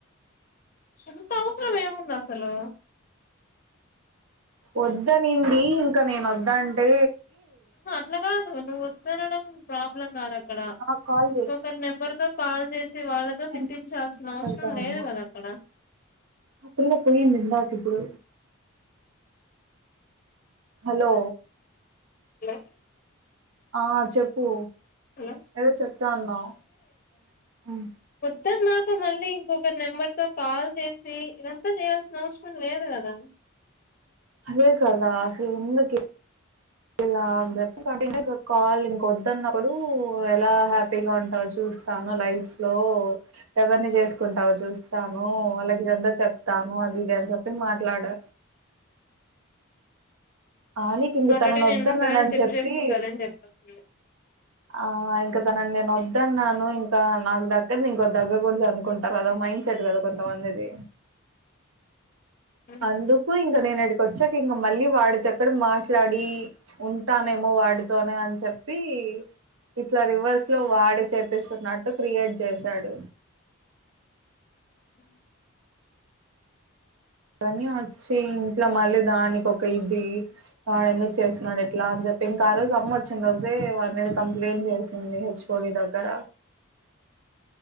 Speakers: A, on the left; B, on the right.
A: ఇంత అవసరం ఏముంది అసలు
B: వద్దనింది ఇంకా నేను వద్దు అంటే
A: అహా అట్లా కాదు నువ్వు వద్దు అనడం ప్రాబ్లం కాదు అక్కడ
B: నాకు కాల్
A: ఇంకొకరి
B: చేసినాడు
A: నెంబర్తో కాల్ చేసి వాళ్లతో
B: నేను
A: తిట్టించాల్సిన
B: మాట్లాడతా
A: అవసరం లేదు
B: ఉన్నా
A: కదా అక్కడ
B: ఆ పిల్ల పోయింది ఇందాక ఇప్పుడు హలో
A: హలో
B: ఆ చెప్పు
A: హలో
B: ఏదో చెప్తా అన్నావు మ్
A: వద్దు అన్నాక మళ్లీ ఇంకొక నెంబర్ తో కాల్ చేసి ఇదంతా చేయాల్సిన అవసరం లేదు కదా
B: అదే కదా అసలు ఎందుకు ఇ లా అని చెప్పి కంటిన్యూ ఇ కాల్ ఇంక వద్దన్నప్పుడు ఎలా హ్యాపీగా ఉంటావో చూ స్తాను లైఫ్ లో ఎవరిని చేసుకుంటావో చూస్తాను వాళ్లకు ఇదంతా చెప్తా ను అది ఇది అని చెప్పి మాట్లాడా ఆనికి ఇంక
A: ఆల్రెడీ
B: తనను వద్దున్నానని
A: నేను ముందుగానే
B: చెప్పి
A: చేసుకుంటాలని చెప్పాల్సింది
B: ఆ ఇంక తనని నేను వద్దున్నాను ఇంకా నాకు దక్కంది ఇంకోరి దక్కకూడదు అనుకుంటారు కదా మైండ్ సెట్ కదా కొంతమం దిది
A: ఉమ్
B: అందుకు ఇంక నేను ఈడికి వచ్చాక ఇంక మళ్లీ వాడితో అక్కడ మాట్లాడి ఉంటానేమో వాడితోనే అని చెప్పి ఇట్లా రివర్స్ లో వాడే చేపిస్తున్నట్టు క్రియేట్ చేశాడు
A: మ్
B: ఇవన్నీ వచ్చి ఇంట్ల మళ్లీ దానికి ఒక ఇది వాడెందుకు చేస్తున్నాడు ఇట్లా అని చెప్పి ఇంకా ఆ రోజు అమ్మ వచ్చిన రోజే వాని మీద కంప్లైంట్ చేసింది హెచ్ ఓ డి దగ్గర